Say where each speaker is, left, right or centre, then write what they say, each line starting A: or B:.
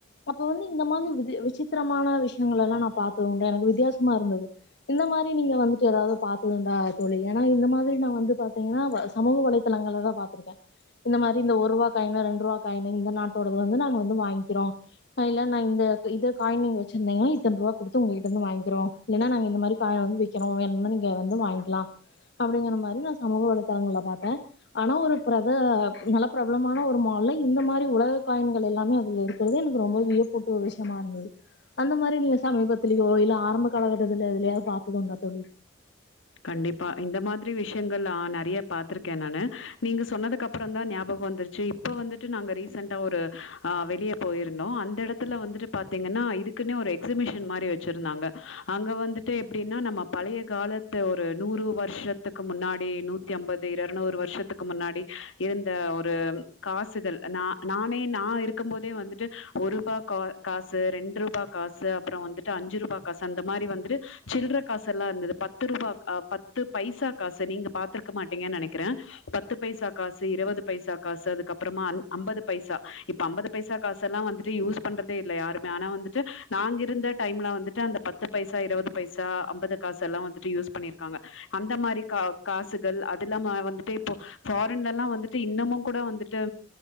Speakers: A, on the left (about 60°); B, on the left (about 80°).
A: அப்ப வந்து இந்த மாதிரி ஒரு இது விசித்திரமான விஷியங்கள் எல்லா நா பாத்தது உண்டு எனக்கு வித்தியாசமா இருந்தது இந்த மாரி நீங்க வந்துட்டு ஏதாவது பாத்ததுண்டா தோழி ஏனா இந்த மாதிரி நா வந்து பாத்தீங்கனா வ சமூக வலை சிலங்கள தா பாத்துருக் இந்த மாரி இந்த ஒரு ரூவா காயினு ரெண்டு ரூவா காயினு இந்த நாட்டோடது வந்து நாங்க வந்து வாய்ங்கிறோ ஆ இல்ல நா இந்த இது காயின் இங்க வச்சிருந்தங்கனா இத்தன் ரூவா குடுத்து உங்ககிட்ட இருந்து வாய்ங்கிருவோ இல்லனா நாங்க இந்த மாரி காய்ன் வந்து விக்கிறோ வேணுனா நீங்க வந்து வாய்ங்கிலா அப்டிங்கிற மாரி நா சமூக வலைதளங்கள்ள பாத்தே ஆனா ஒரு அப்புற அதா நல்லா பிரபலமான ஒரு மால்ல இந்த மாரி உலக காயின்கள் எல்லாமே அதுல் இருக்கிறது எனக்கு ரொம்ப வியப் கூட்டு விஷியமா இருந்தது அந்த மாரி நீங்க சமீபத்துலயோ இல்ல ஆரம்ப காலகட்டத்துல எதுலயாவது பாத்ததுண்டா தோழி
B: கண்டிப்பா இந்த மாதிரி விஷியங்கள் ஆ நெறைய பாத்திருக்கே நானு நீங்க சொன்னதுகப்புற தா ஞாபக வந்துரு செரி இப்ப வந்துட்டு நாங்க ரீசெண்டா ஒரு அ வெளிய போய்ருந்தோ அந்த எடத்துல வந்துட்டு பாத்தீங்கன்னா இதுக்குனே ஒரு எக்ஸிஃபிஷன் மாரி வச்சிருந்தாங்க அங்க வந்துட்டு எப்டினா நம்ம பழைய கால த்து ஒரு நூறு வருஷத்துக்கு முன்னாடி நூத்தி அம்பது எறநூறு வருஷத்துக்கு முன்னாடி இருந்த ஒரு காசுகள் நா நானே நா இருக்கம் போதே வந்துட்டு ஒரு ரூபா கா காசு ரெண் ரூபா காசு அப்புற வந்துட்டு அஞ்சு ரூபா காசு அந்த மாரி வந்துட்டு சில்ற காசு எல்லா இருந்தது பத்து ரூபா ஆ பத்து பைசா காசு நீங்க பாத்துருக்க மாட்டீங்கன் நெனைக்கிற பத்து பைசா காசு இருவது பைசா காசு அதுக்கப்புறமா அ ஐம்பது பைசா இப்ப அம்பது பைசா காசு எல்லா வந்துட்டு யூஸ் பண்றதே இல்ல யாருமே ஆனா வந்துட்டு நாங்க இருந்த டைம்ல வந்துட்டு அந்த பத் து பைசா இருவது பைசா அம்பது காசெல்லா வந்துட்டு யூஸ் பண்ணிர்க்காங்க அந்த மாரி கா காசுகள் அதுல்லாம வந்துட்டு இப்போ ஃபாரின்ல எல்லா வந்துட்டு இன்னமு கூட வந்துட்டு